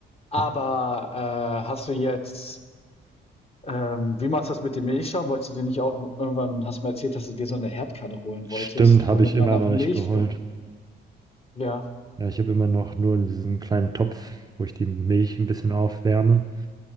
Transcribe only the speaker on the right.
ja.
Stimmt, habe
ich immer
noch
nicht geholt.
Ja, ich habe immer noch nur diesen kleinen Topf, wo ich die Milch ein bisschen aufwärme.